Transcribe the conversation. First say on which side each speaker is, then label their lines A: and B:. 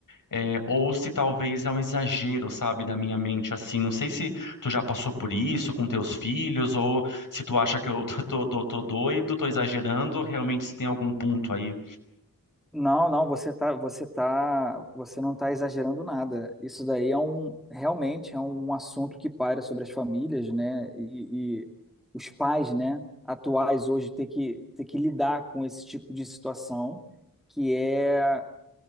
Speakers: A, on the left; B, in the centre.
A: é, ou se talvez é um exagero, sabe, da minha mente assim. Não sei se tu já passou por isso com teus filhos, ou se tu acha que eu <laughs> tô, tô, tô doido, tô exagerando, realmente se tem algum ponto aí.
B: Não, não, você tá, você tá, você não está exagerando nada. Isso daí é um, realmente é um assunto que paira sobre as famílias, né? E, e os pais, né, atuais hoje ter que ter que lidar com esse tipo de situação, que é a,